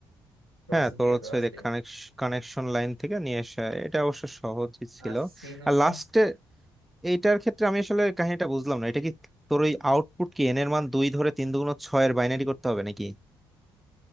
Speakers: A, on the right; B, in the centre.
A: ক্রস
B: হ্যাঁ তোর
A: দিয়ে
B: হচ্ছে
A: ক্রস দিয়ে
B: কানেকশন লাইন থেকে নিয়ে আসা এটা অবশ্য সহজই ছিল
A: আর সি নাম্বার
B: আর লাস্টে এইটার ক্ষেত্রে আমি আসলে কাহিনীটা বুঝলাম না এটা কি তোর ওই আউটপুট কি এন এর মান দুই ধরে তিন দুগুণ ছয়ের বাইনারি করতে হবে নাকি